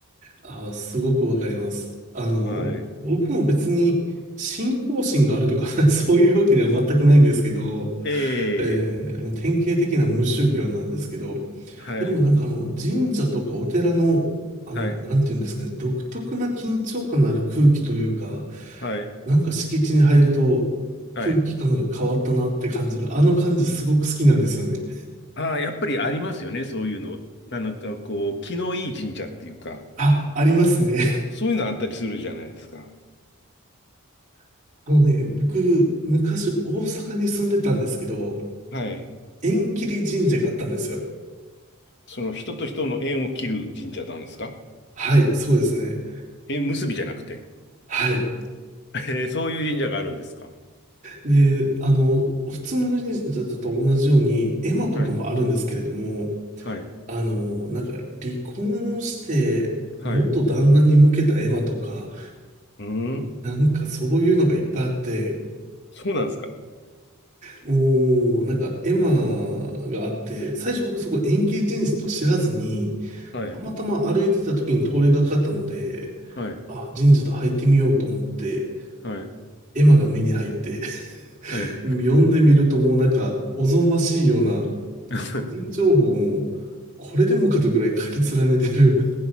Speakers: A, on the right; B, on the left.
A: あー、すごくわかります。あの、
B: はい。
A: 僕も別に信仰心があるとか <laughs> そういうわけでは全くないんですけど、
B: え
A: え
B: え、
A: ーもう典型的な無宗教なんですけど、
B: はい、
A: でもなんかあの、神社とかお寺の、あの、
B: はい、
A: なんていうんですかね、独特な緊張感のある空気というか、
B: はい、
A: なんか敷地に入ると空気感が変わったなって感じる。
B: はい。
A: あの感じすごく好きなんですよね。
B: ああ、やっぱりありますよね、そういうの。ななんかこう、気のいい神社っていうか、
A: あ、ありますね。
B: そういうのあったりするじゃないですか。
A: <laughs> あのね、僕、昔大阪に住んでたんですけど、
B: はい。
A: 縁切り神社があったんですよ。
B: その人と人の縁を切る神社なんですか
A: はい、そうですね。
B: 縁結びじゃなくて。
A: はい。
B: えーそういう神社があるんですか。
A: で、あの、普通の神社と同じように、絵馬とかもあるんですけれども、
B: はい。はい。
A: あの、なんか離婚して元旦那に向けたエマとか、
B: はい。うーん。
A: なんかそういうのがいっぱいあって、
B: そうなんですか。
A: もうなんかエマがあって、最初僕そこ延期人事と知らずに、
B: はい。
A: たまたま歩いてた時に通りがかったので、
B: はい。
A: あ、人事と入ってみようと思って、
B: はい。
A: エマが目に入って <laughs>
B: はい。
A: 読んでみるともうなんかおぞましいような、
B: <laughs>
A: 個人情報もこれでもかとぐらい書き連ねてる